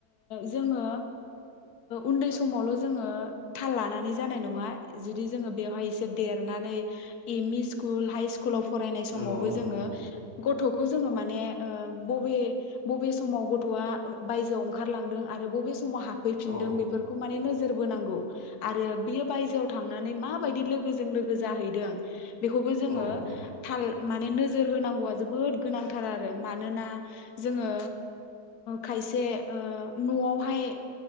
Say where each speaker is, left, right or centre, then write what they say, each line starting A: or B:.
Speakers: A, on the left (about 75°); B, on the left (about 50°).
A: जोङो उन्दै समावल' जोङो थाल लानानै जानाय नङा जुदि जोङो बेवहाय एसे देरनानै M E school high school स्कुलाव फरायनाय
B: नंगौ
A: समावबो
B: नोंथां
A: जोङो।
B: औ
A: गथ'खौ जोंनो माने बबे बबे समाव गथ'आ बायजोआव ओंखारलांदों आरो बबे स समाव हाफैफिनदों
B: औ
A: बेफोरखौ माने नों जोरबो नांगौ आरो बे बायजोआव थांनानै मायदि लोगो जों लोगो जाहै दों बेखौबो जोङो
B: औ नोंथां
A: थाल। माने नोजोर होनांगौआ जोबोद गोनांथार आरो मानोना जोङो खायसे न'आवहाय।